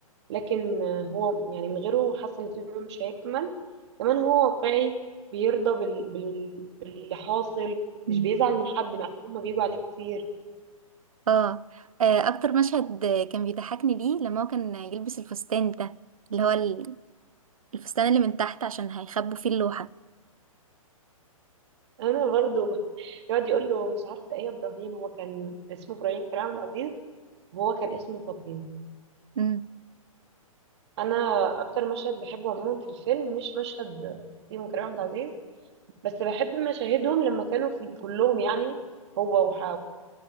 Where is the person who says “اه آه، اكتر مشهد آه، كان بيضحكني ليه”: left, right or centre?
Right